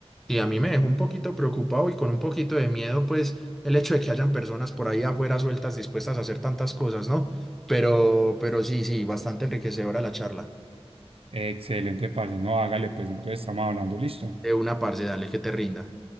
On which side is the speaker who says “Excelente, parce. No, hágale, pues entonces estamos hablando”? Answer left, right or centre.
Right